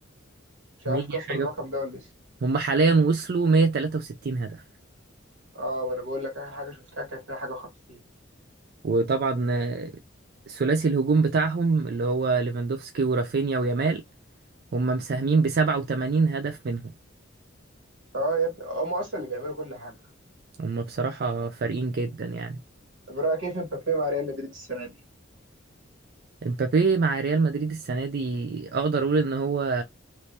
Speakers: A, on the right; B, on the right.
A: مش
B: 100
A: عارف كسر
B: حاجة
A: الرقم ده ولا لسه
B: هم حاليا وصلوا 163 هدف
A: اه ما انا بقول لك اخر حاجه شفتها كانت 100 حاجه و50
B: وطبعا آه، ثلاثي الهجوم بتاعهم اللي هو ليفاندوفسكي ورافينيا ويامال هم مساهمين ب 87 هدف منهم
A: اه يا ابني هم اصلا اللي بيعملوا كل حاجه
B: هم بصراحة فارقين جدا يعني
A: طب رايك كيف مبابي مع ريال مدريد السنه دي
B: امبابي مع ريال مدريد السنة دي اقدر اقول ان هو